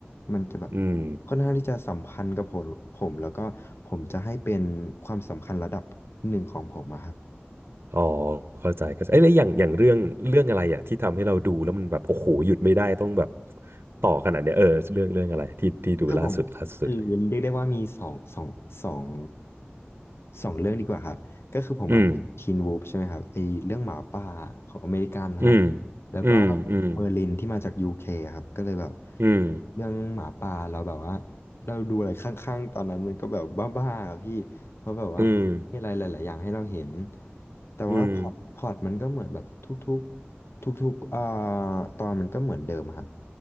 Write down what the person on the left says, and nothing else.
มันจะแบบ
ค่อนข้างที่จะสัมพันธ์กับผมผมแล้วก็ผมจะให้เป็นความสำคัญระดับหนึ่งของผมอะครับ
คือผมคือเรียกได้ว่ามีสองสองสองสองเรื่องดีกว่าครับก็คือผมอะคินวูฟใช่ไหมครับไอเรื่องหมาป่าของอเมริกันนะครับ
แล้วก็
เมอร์ลินที่มาจากยูเคครับก็เลยแบบ
เรื่องหมาป่าเราแบบว่าเราดูอะไรข้างๆตอนนั้นมันก็แบบบ้าๆอะพี่เพราะแบบว่ามีอะไรหลายๆอย่างให้เราเห็น
แต่ว่าพอร์ตพอร์ตมันก็เหมือนแบบทุกๆทุกๆเอ่อ
ตอนมันก็เหมือนเดิมอะครับ